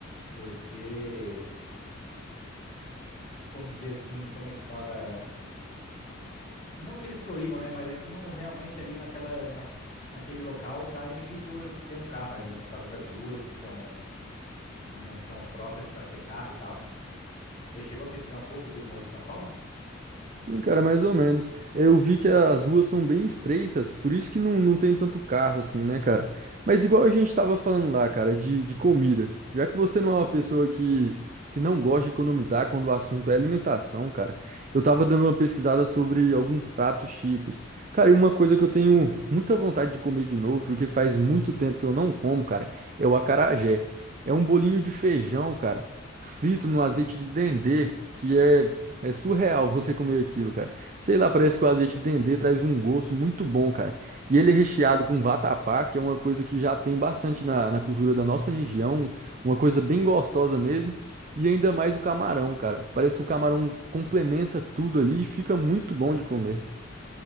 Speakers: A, on the left; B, on the right.
A: Porque vamos dizer assim, como é que fala? Não que eles proíbam, né? Mas é que não realmente ali naquela, na, naquele local, cara, é difícil eu ter um carro ali, né? Por causa das ruas que são, não são próprias para ter carro e tal. Você chegou a pesquisar um pouco do Morro de São Paulo?
B: Sim, cara, mais ou menos. Eu vi que as ruas são bem estreitas, por isso que não, não tem tanto carro assim, né, cara? Mas igual a gente tava falando lá, cara, de, de comida. Já que você não é uma pessoa que, que não gosta de economizar quando o assunto é alimentação, cara, eu tava dando uma pesquisada sobre alguns pratos típicos. Cara, e uma coisa que eu tenho muita vontade de comer de novo, porque faz muito tempo que eu não como, cara, é o acarajé. É um bolinho de feijão, cara, frito no azeite de dendê, que é é surreal você comer aquilo, cara. Sei lá, parece que o azeite de dendê traz um gosto muito bom, cara. E ele é recheado com vatapá, que é uma coisa que já tem bastante na, na cultura da nossa região, uma coisa bem gostosa mesmo. E ainda mais o camarão, cara. Parece que o camarão complementa tudo ali e fica muito bom de comer.